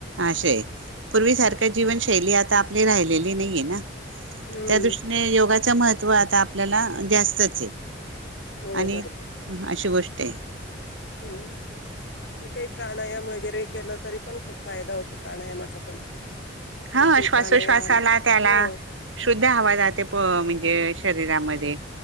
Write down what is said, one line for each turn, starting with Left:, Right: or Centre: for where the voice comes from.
Right: असे.. पूर्वी सारख्या जीवनशैली आता... आपले राहिलेले नाहीये ना...
Left: हम्म.
Right: त्या दृष्टीने योगा.. महत्व आता आपल्याला जास्तच आहे...
Left: हो.
Right: आणि अशी गोष्टी... तेे...
Left: हम्... काही प्राणायाम वगैरे केलं तरी पण खूप फायदा होतो प्राणायामाचा पण..
Right: हा
Left: उच्चे
Right: श्वासोश्वासाला
Left: प्राणायाम
Right: त्याला
Left: हो
Right: शुद्ध हवा जाते म्हणजे... शरीरामध्ये..